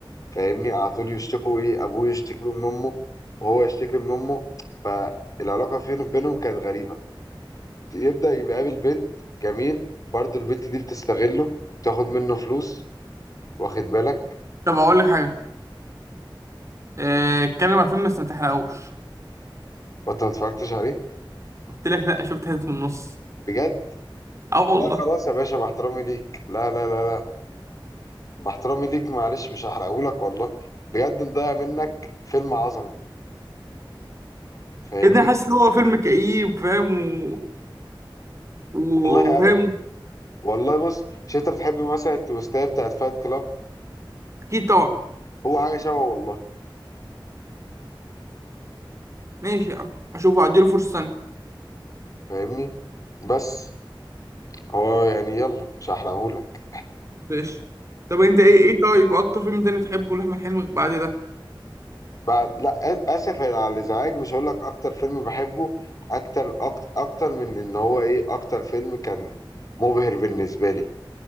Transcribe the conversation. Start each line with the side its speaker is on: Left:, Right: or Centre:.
Left: فاهمني على طول يشتكوا ايه ابوه يشتكي له من امه وهو يشتكي من امه فالعلاقه فين- بينهم كانت غريبه يبدا يبقى قابل بنت جميل برضه البنت دي بتستغله تاخد منه فلوس واخد بالك
Right: طب أقول لك حاجة آه، اتكلم عن فيلم بس ما تحرقهوش
Left: وانت ما اتفرجتش عليه
Right: قلت لك لأ شفت حتت من النص
Left: بجد
Right: اه والله
Left: لا خلاص يا باشا باحترامي ليك لا لا لا لا باحترامي ليك معلش مش هحرقهولك والله بجد مضيع منك فيلم عظمه فاهمني
Right: يا ابني حاسس ان هو فيلم كئيب فاهم و... و-
Left: والله
Right: وفاهم
Left: ابدا والله بص مش انت بتحب مثلا التويستايه بتاعت فايت كلاب
Right: اكيد طبعا
Left: هو حاجه شبه والله
Right: ماشي يا عم اشوفه اديله فرصه ثانيه
Left: فاهمني بس هو يعني يلا مش هحرقهولك
Right: ماشي طب انت ايه ايه طيب اكتر فيلم تاني تحبه لاحمد حلمي بعد ده
Left: بعد لا آ- اسف على الازعاج مش هقول لك اكتر فيلم بحبه اكتر أكتر, اكتر من ان هو ايه اكتر فيلم كان مبهر بالنسبه لي